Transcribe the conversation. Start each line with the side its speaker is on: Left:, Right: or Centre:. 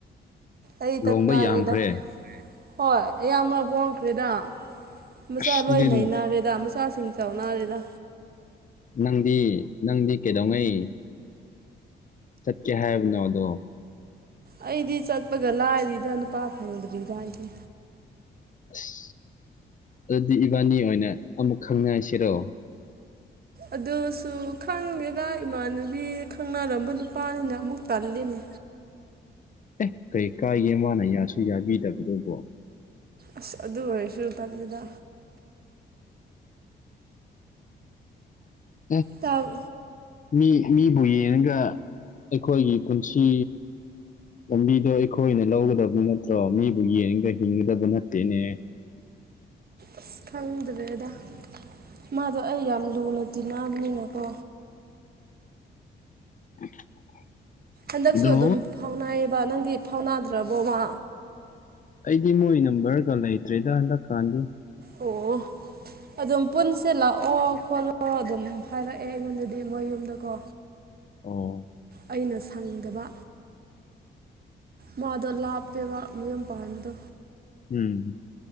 Right: ꯑꯩꯇ
Left: ꯂꯣꯡꯕ
Right: ꯉꯥꯏꯔꯦꯗꯥ
Left: ꯌꯥꯝꯈ꯭ꯔꯦ
Right: ꯔꯦ ꯍꯣꯏ ꯑꯌꯥꯝꯕ ꯍꯣꯡꯈ꯭ꯔꯦꯗ ꯃꯆꯥ
Left: ꯑꯁ
Right: ꯂꯣꯏ
Left: ꯑꯗꯨꯗꯤ
Right: ꯂꯩꯅꯔꯦ ꯗ ꯃꯆꯥꯁꯤꯡ ꯆꯥꯎꯅꯔꯦꯗꯥ
Left: ꯅꯪꯗꯤ ꯅꯪꯗꯤ ꯀꯩꯗꯧꯉꯩ ꯆꯠꯀꯦ ꯍꯥꯏꯕꯅꯣꯗꯣ
Right: ꯑꯩꯗꯤ ꯆꯠꯄꯒ ꯂꯥꯏꯔꯤꯗꯥ ꯅꯨꯄꯥ ꯐꯪꯗ꯭ꯔꯤꯗ ꯑꯩꯗꯤ
Left: ꯑꯁ ꯑꯗꯨꯗꯤ ꯏꯕꯥꯅꯤ ꯑꯣꯏꯅ ꯑꯃꯨꯛ ꯈꯪꯅꯁꯤꯔꯣ
Right: ꯑꯗꯨꯁꯨ ꯈꯪꯗꯦꯗ ꯏꯃꯥꯟꯅꯕꯤ ꯈꯪꯅꯔꯝꯕ ꯅꯨꯄꯥꯅꯤꯅ ꯑꯃꯨꯛ ꯇꯜꯂꯤꯅꯦ
Left: ꯑꯦ ꯀꯩ ꯀꯥꯏꯒꯦ ꯃꯥꯅ ꯌꯥꯁꯨ ꯌꯥꯕꯤꯗꯕꯗꯨꯕꯣ
Right: ꯑꯁ ꯑꯗꯨ ꯑꯣꯏꯔꯁꯨ ꯇꯜꯂꯤꯗꯥ
Left: <inaudible>
Right: ꯇꯥꯕ
Left: ꯃꯤ ꯃꯤꯕꯨ ꯌꯦꯡꯉꯒ ꯑꯩꯈꯣꯏꯒꯤ ꯄꯨꯟꯁꯤ ꯂꯝꯕꯤꯗꯣ ꯑꯩꯈꯣꯏꯅ ꯂꯧꯒꯗꯕ ꯅꯠꯇ꯭ꯔꯣ ꯃꯤꯕꯨ ꯌꯦꯡꯉꯒ ꯍꯤꯡꯒꯗꯕ ꯅꯠꯇꯦꯅꯦ
Right: ꯑꯁ ꯈꯪꯗ꯭ꯔꯦꯗ ꯃꯥꯗꯣ ꯑꯩ ꯌꯥꯝ ꯂꯨꯅ ꯇꯤꯟꯅꯕꯅꯤꯅꯀꯣ
Left: <inaudible>
Right: ꯍꯟꯗꯛꯁꯨ
Left: ꯑꯗꯣ
Right: ꯑꯗꯨꯝ ꯐꯥꯎꯅꯩꯕ ꯅꯪꯗꯤ ꯐꯥꯎꯅꯥꯗ꯭ꯔꯕꯣꯃꯥ
Left: ꯑꯩꯗꯤ ꯃꯣꯏ ꯅꯝꯕꯔꯒ ꯂꯩꯇ꯭ꯔꯦꯗ ꯍꯟꯗꯛ ꯀꯥꯟꯗꯤ
Right: ꯑꯣ ꯑꯗꯨꯝ ꯄꯨꯟꯁꯦ ꯂꯥꯛꯑꯣ ꯈꯣꯠꯂꯣ ꯑꯗꯨꯝ ꯍꯥꯏꯔꯛꯑꯦ ꯑꯩꯉꯣꯟꯗꯗꯤ ꯃꯣꯏ ꯌꯨꯝꯗꯀꯣ
Left: ꯑꯣ
Right: ꯑꯩꯅ ꯁꯪꯗꯕ ꯃꯥꯗꯣ ꯂꯥꯞꯄꯦꯕ ꯃꯌꯨꯝ ꯄꯥꯟꯕꯗꯣ
Left: ꯎꯝ